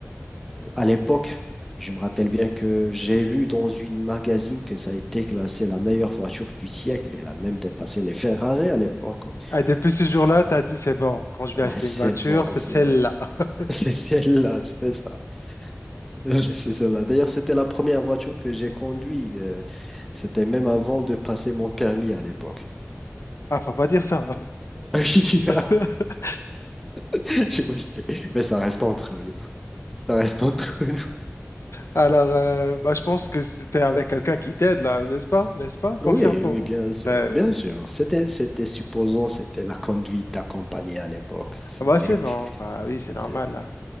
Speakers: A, in the centre; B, on the left.
A: À l'époque, je me rappelle bien que j'ai lu dans une magazine que ça a été classé la meilleure voiture du siècle. Elle a même dépassé les Ferrari à l'époque. <laughs>
B: Ah, depuis ce jour-là, t'as dit, c'est bon, quand je vais
A: Ah,
B: acheter
A: c'est
B: une voiture,
A: bon,
B: c'est
A: c'est
B: celle-là.
A: <laughs>
B: <laughs>
A: c'est celle-là, c'est ça. <laughs> C'est celle-là. D'ailleurs, c'était la première voiture que j'ai conduite. euh, C'était même avant de passer mon permis à l'époque.
B: Ah, faut pas dire ça.
A: <laughs> Oui,
B: <laughs>
A: <laughs> J'ai oublié. Mais ça reste entre nous. Ça reste entre nous.
B: Alors, euh, bah, je pense que c'était avec quelqu'un qui t'aide là, n'est-ce pas? N'est-ce pas? Confirme
A: Oui,
B: pour
A: oui,
B: moi.
A: bien sûr,
B: Très
A: bien
B: bien.
A: sûr. C'était, c'était supposons, c'était la conduite accompagnée à l'époque. C'était,
B: Ah, bah, c'est bon,
A: <laughs>
B: bah oui,
A: C'était...
B: c'est normal là.